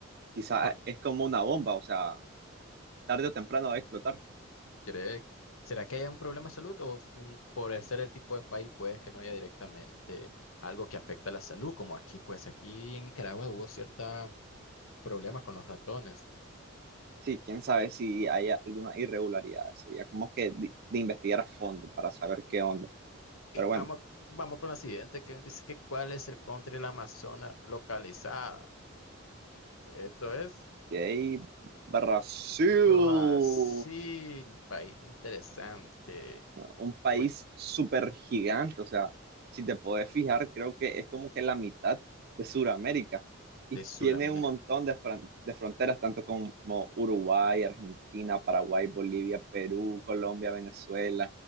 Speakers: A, on the right; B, on the left.
A: Quizás
B: Co-
A: es como una bomba, o sea, tarde o temprano va a explotar.
B: ¿Cree- ¿Será que haya un problema de salud o mm, por el ser el tipo de país puede que no haya directamente algo que afecta a la salud? Como aquí, pues aquí en Nicaragua hubo cierta problemas con los ratones.
A: Sí, quién sabe si hay alguna irregularidad. Sería como que de, de investigar a fondo para saber qué onda.
B: Eh,
A: Pero
B: vamos,
A: bueno,
B: vamos con la siguiente, que dice que cuál es el country de la Amazona localizada. Esto es
A: y ahí Brasil,
B: Brasil,
A: <laughs>
B: país interesante.
A: un país
B: Bueno,
A: súper gigante. O sea, si te podés fijar, creo que es como que la mitad de Sudamérica. Y
B: de Sudamérica,
A: tiene un montón de, fron- de fronteras, tanto como Uruguay, Argentina, Paraguay, Bolivia, Perú, Colombia, Venezuela.